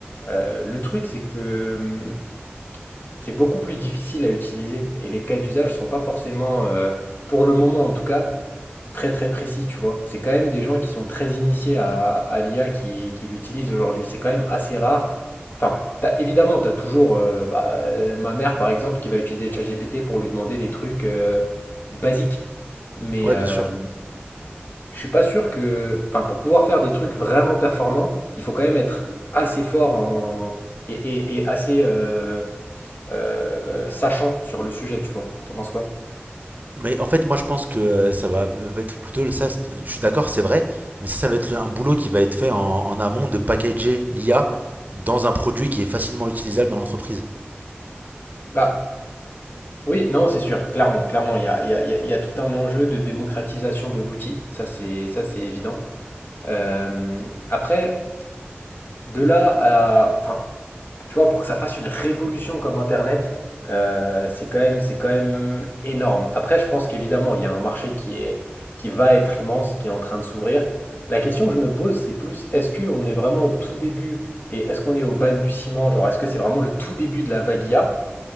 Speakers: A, on the left (about 50°); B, on the right (about 40°).
A: Euh, le truc, c'est que hum, c'est beaucoup plus difficile à utiliser et les cas d'usage sont pas forcément, euh, pour le moment en tout cas, très très précis, tu vois. C'est quand même des gens qui sont très initiés à, à l'IA qui, qui l'utilisent aujourd'hui. C'est quand même assez rare. Enfin, t'as- évidemment, tu as toujours euh, bah, euh, ma mère, par exemple, qui va utiliser ChatGPT pour lui demander des trucs euh, basiques. Mais
B: Ouais,
A: euh,
B: bien sûr.
A: je suis pas sûr que... Enfin, pour pouvoir faire des trucs vraiment performants, il faut quand même être assez fort en... et, et- et assez euh, euh, euh, sachant sur le sujet, tu vois. T'en penses quoi?
B: Mais en fait, moi, je pense que euh, ça va être plutôt le- ça. c'est- Je suis d'accord, c'est vrai, mais ça, ça va être le- un boulot qui va être fait en, en amont de packager l'IA dans un produit qui est facilement utilisable dans l'entreprise.
A: Bah, Oui, non, c'est sûr, clairement, clairement, il y a, il y a- il y a- il y a tout un enjeu de démocratisation de l'outil, ça c'est ça c'est évident. Euh, après, de là à, enfin, tu vois, pour que ça fasse une révolution comme Internet, euh, c'est quand même c'est quand même énorme. Après, je pense qu'évidemment, il y a un marché qui est qui va être immense, qui est en train de s'ouvrir. La question que je me pose, c'est plus, est-ce que on est vraiment au tout début et est-ce qu'on est au balbutiement, genre, est-ce que c'est vraiment le tout début de la vague IA?